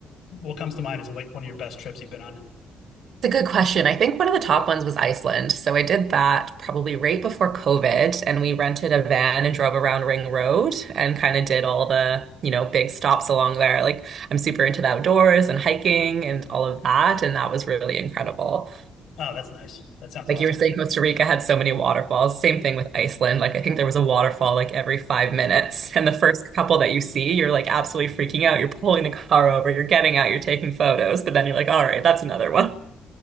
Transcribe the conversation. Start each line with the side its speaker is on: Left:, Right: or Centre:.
Left: what comes to mind is like one of your best trips you've been on?
Right: It's a good question. I think one of the top ones was Iceland. So I did that probably right before COVID, and we rented a van and drove around Ring Road and kind of did all the, you know, big stops along there. Like I'm super into the outdoors and hiking and all of that, and that was really incredible.
Left: Oh, that's nice. That sounds
Right: Like
Left: awesome.
Right: you were saying, Costa Rica had so many waterfalls. Same thing with Iceland. Like I think there was a waterfall like every five minutes. <laughs> And the first couple that you see, you're like absolutely freaking out. You're pulling the car over, you're getting out, you're taking photos, but then you're like, all right, that's another one.